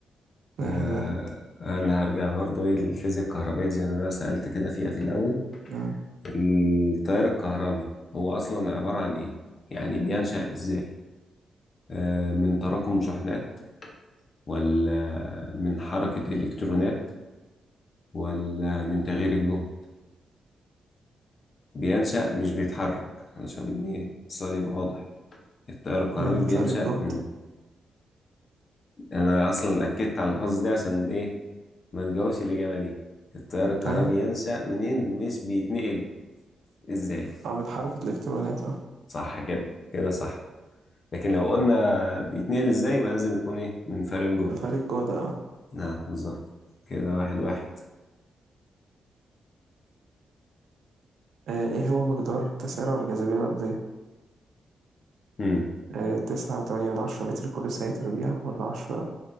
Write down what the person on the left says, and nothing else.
آه
انا هرجع برضو ايه للفيزياء الكهربائية زي ما انا سألت كده فيها في الاول
التيار الكهربي هو اصلا عبارة عن ايه يعني بينشأ ازاي آه من تراكم شحنات ولا من حركة الكترونات ولا من تغيير الجهد بينشأ مش بيتحرك علشان ايه السؤال يبقى واضح التيار الكهربي
بينشأ
منين انا اصلا اكدت على المحافظة دي عشان ايه ما تجاوبش الاجابة دي التيار الكهربي
ينشأ منين مش بيتنقل ازاي
صح كده كده صح لكن لو قلنا بيتنقل ازاي يبقى لازم يكون ايه من فرق الجهد
نعم بالظبط كده واحد واحد
امم